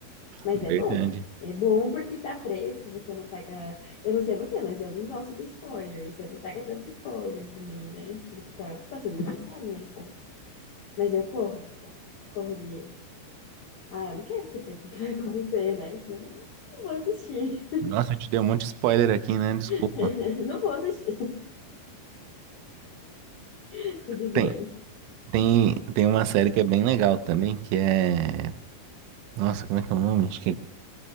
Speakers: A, on the left (about 70°); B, on the right (about 90°).
A: Mas
B: Verdade.
A: é bom. É bom porque tá fresco, você não pega. Eu não sei você, mas eu não gosto de spoiler. Você não pega tanto spoiler também, né? Do que tá, tá sendo lançado, né? Então. Mas eu corro. Corro de. Ah, eu não quero saber o que que vai acontecer, né? Senão eu não vou assistir.
B: Nossa, eu te dei um monte de spoiler aqui, né? Desculpa.
A: <laughs> Não vou assistir. <laughs> Tudo
B: Tem,
A: bem.
B: tem, tem uma série que é bem legal também, que é. Nossa, como é que é o nome? Acho que é